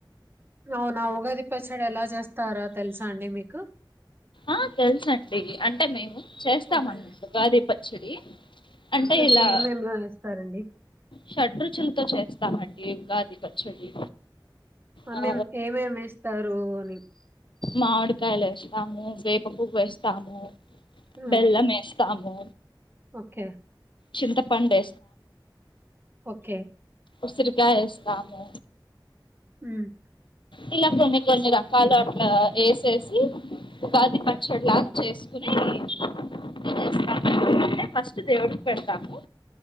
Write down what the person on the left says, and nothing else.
ఆ తెల్సండీ అంటే మేము చేస్తాం
అండి ఉగాదీ పచ్చడి అంటే
ఇలా
షడ్రుచులతో చేస్తామండి ఉగాది పచ్చడి ఆ
మామిడికాయల వస్తాము వేపపువ్వు వేస్తాము
బెల్లం వేస్తాము
చింతపండే
ఉసిరికాయ ఏస్తాము
ఇట్లా కొన్ని కొన్ని రకాలు అట్లా వేసేసి ఉగాధి పచ్చడిలాగా చేసుకుని <unintelligible> ఫస్ట్ దేవుడికి పెడతాము